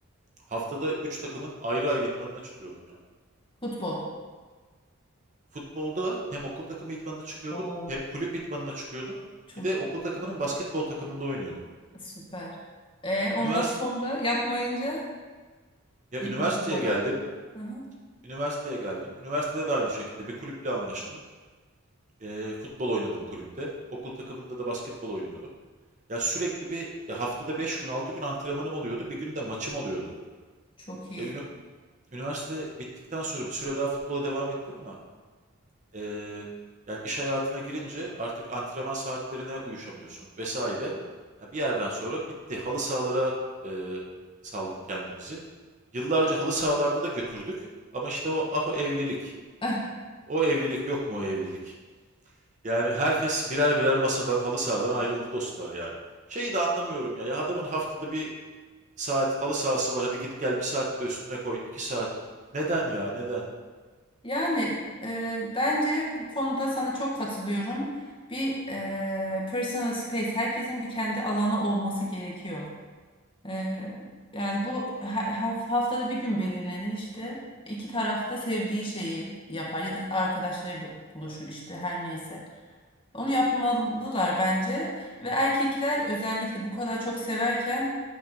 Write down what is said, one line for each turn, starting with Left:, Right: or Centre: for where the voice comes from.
Right: Haftada 3 takımın ayrı ayrı idmanına çıkıyordum ya.
Left: Futbol.
Right: futbolda hem okul takımı idmanına çıkıyordum
Left: Oo
Right: hem kulüp idmanına çıkıyordum.
Left: çok
Right: Bir de okul takımının basketbol takımında oynuyordum.
Left: süper. E, ondan
Right: Ünivers,
Left: sonra yapmayınca
Right: ya
Left: bir
Right: üniversiteye
Left: bitmiş oldu.
Right: geldim.
Left: Aha,
Right: Üniversiteye geldim. Üniversitede de aynı şekilde bir kulüple anlaştım. E, futbol oynadım kulüpte. Okul takımında da basketbol oynuyordum. Ya sürekli bir ya haftada 5 gün 6 gün antrenmanım oluyordu. Bir gün de maçım oluyordu.
Left: çok iyi.
Right: E, ünü- üniversite bittikten sonra bir süre daha futbola devam ettim ama Ee, yani iş hayatına girince artık antrenman saatlerine uyuşamıyorsun vesaire. Ya bir yerden sonra bitti. Halı sahalara e, saldık kendimizi. Yıllarca halı sahalarda da götürdük. Ama işte o ah o evlilik.
Left: <laughs>
Right: O evlilik yok mu o evlilik? Yani herkes birer birer masadan halı sahadan ayrıldı dostlar yani. Şeyi de anlamıyorum ya. Ya adamın haftada bir saat halı sahası var. Hadi git gel bir saat de üstüne koy. iki saat. Neden ya neden?
Left: Yani e, bence bu konuda sana çok katılıyorum. Bir e, personal space, herkesin bir kendi alanı olması gerekiyor. E, yani bu ha- haf- haftada bir gün belirlenir işte. İki taraf da sevdiği şeyi yapar ya da arkadaşlarıyla buluşur işte her neyse. Onu yapmalılar bence ve erkekler özellikle bu kadar çok severken